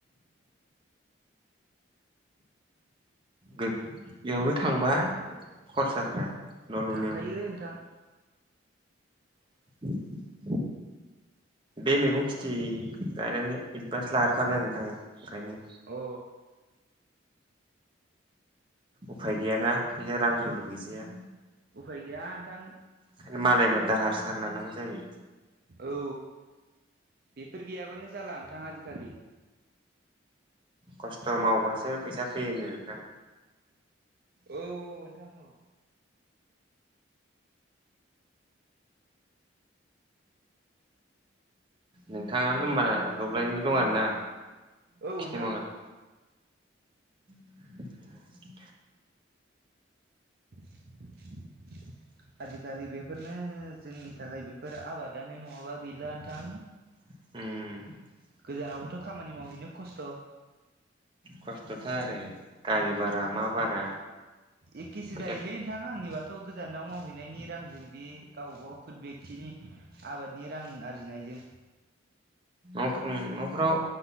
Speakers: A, on the right; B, on the right.
A: गोगोमानो थांबाय खरसाफ्रा न' लुनायावनो
B: थांखायो नोंथां
A: <inaudible> बे मैगं खेथि गायनानै एडभान्स लाग्रोखाबाय आं नोंथां ओंखायनो
B: अ
A: उफाय गैयाना फैसा रांफोरबो गैजाया
B: उफाय गैया नोंथां।
A: ओंखायनो मालायनाव दाहार साहार लानांगौ जायो।
B: औ बेफोर गैयाबानो जाला नोंथां आजिखालि
A: खस्थ' मावबासो फैसा फैयोनो नोंथां।
B: औ-औ नोंथां औ
A: नोंथाङा होनबा दब्लायनैल' दं आरोना
B: औ
A: खेथि
B: नोंथां
A: मावनानै <inaudible>
B: <inaudible>
A: <inaudible>
B: आजिखालि बेफोरनो जोंनि थाखाय बेफोर आबादानो नङाबा गैला नोंथां।
A: ओम
B: गोजानावबोथ' खामानि मावहैनो खस्थ'
A: खस्थ'थार आरो गारि भारा मा भारा
B: एखेसो
A: फैसा
B: जायोलै नोंथां आंनिबाथ' गोजानाव मावहैनायनि रांजों बे गाव गाव खुद बेक्टिनि आबादनि रां आरजिनायजों
A: ओम न'फ्राव